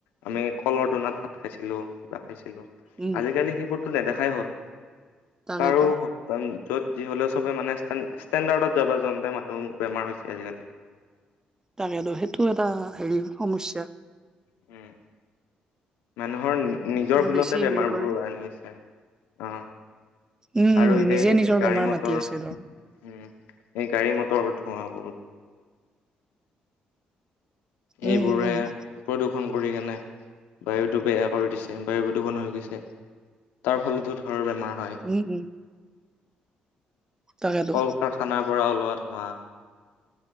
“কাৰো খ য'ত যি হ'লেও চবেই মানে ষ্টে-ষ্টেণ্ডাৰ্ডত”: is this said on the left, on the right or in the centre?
Left